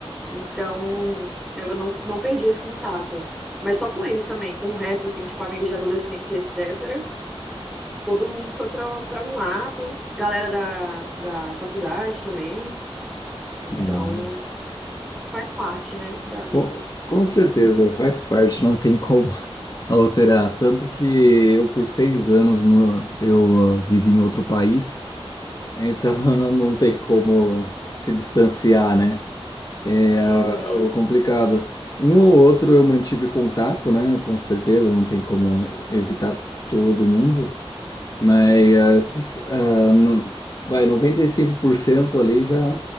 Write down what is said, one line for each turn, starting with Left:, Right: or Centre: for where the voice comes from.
Centre: Então, eu não, não perdi esse contato. Mas só com eles também, com o resto, assim, tipo, amigos de adolescência, etc. Todo mundo foi para para um lado, galera da, da faculdade também. Então,
Left: Ah, não,
Centre: faz parte, né, da vida.
Left: Com, com certeza, faz parte, não tem como <laughs> alterar. Tanto que eu, por seis anos, mo- eu ah, vivi em outro país, então <laughs> não, não tem como se distanciar, né? É ah,
Centre: Uhum,
Left: algo complicado. Um ou outro eu mantive contato, né? Com certeza, não tem como evitar todo mundo, mas ah, não, vai, 95% ali já,